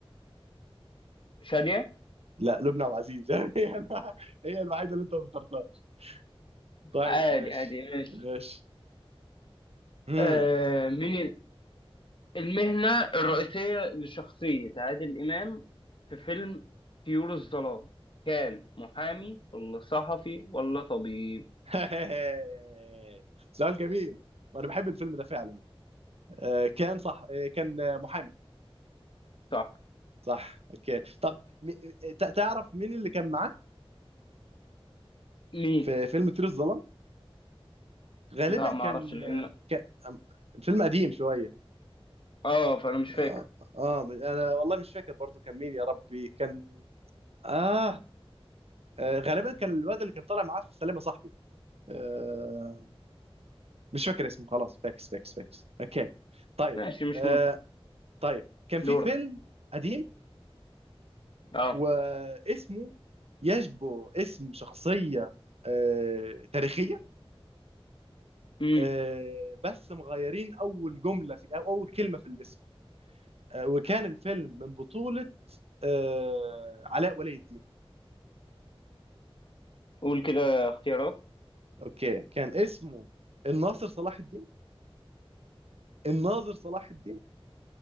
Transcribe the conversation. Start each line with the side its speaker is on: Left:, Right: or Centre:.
Left: شادية
Right: لا لبنى عبد العزيز <laughs> هي الم- هي الوحيدة اللي انت ما اخترتهاش طيب
Left: عادي
Right: ماشي
Left: عادي ماشي
Right: ماشي امم
Left: آه مين المهنة الرئيسية لشخصية عادل إمام في فيلم طيور الظلام كان محامي ولا صحفي ولا طبيب
Right: <laughs> سؤال جميل وانا بحب الفيلم ده فعلا آه كان صح آه كان آه، محامي
Left: صح
Right: صح اوكي طب م- ت- تعرف مين اللي كان معاه
Left: مين
Right: في فيلم طير الظلام غالبا
Left: لا
Right: كان
Left: ما اعرفش لان
Right: كان- الفيلم قديم شوية
Left: اه فانا مش فاكر
Right: اه, آه انا والله مش فاكر برضو كان مين يا ربي كان اه, آه غالبا كان الواد اللي كان طالع معاه في سلامة صاحبي آه مش فاكر اسمه خلاص فاكس فاكس فاكس اوكي طيب
Left: ماشي مش
Right: آه
Left: مهم
Right: طيب كان
Left: دورك
Right: في فيلم قديم
Left: اه
Right: واسمه يشبه اسم شخصية آه تاريخية
Left: امم
Right: آه بس مغيرين أول جملة في أو أول كلمة في الاسم آه وكان الفيلم من بطولة آه علاء ولي الدين
Left: قول كده اختيارات
Right: اوكي كان اسمه الناصر صلاح الدين الناظر صلاح الدين